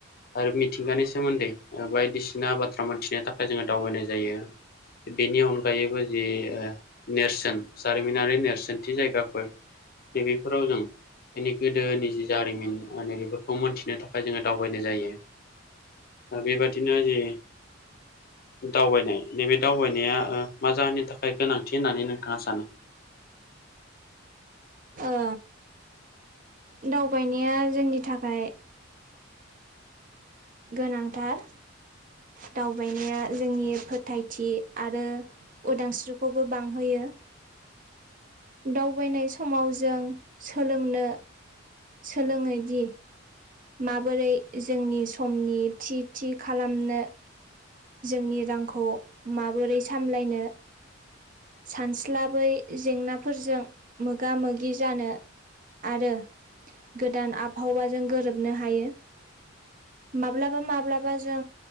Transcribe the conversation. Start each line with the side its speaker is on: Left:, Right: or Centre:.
Left: आरो मिथिंगानि सोमोन्दै बायदिसिना बाथ्रा मोनथिनो थाखाय जोङो दावबायनाय जायो। बेनि अनगायैबो जे नेरसोन, जारिमिनारि नेरसोनथि जायगाफोर, नैबेफोराव जों बिनि गोदोनि जि जारिमिन माने बेफोरखौ मोन्थिनो थाखाय जोङो दावबायनाय जायो। बेबादिनो जे दावबायनाय नैबे दावबायनाया मा जाहोननि थाखाय गोनांथि होननानै नोंथाङा सानो?
Right: ओ दावबायनाया जोंनि थाखाय गोनांथार दावबायनाया जोंनि फोथायथि आरो उदांस्रिखौबो बांहोयो दावबायनाय समाव जों सोलोंनो सोलोङोदि माबोरै जोंनि समनि थि थि खालामनो जोंनि रांखौ माबोरै सामलायनो सानस्लाबै जेंनाफोरजों मोगा मोगि जानो आरो गोदान आबहावाजों गोरोबनो हायो माब्लाबा माब्लाबा जों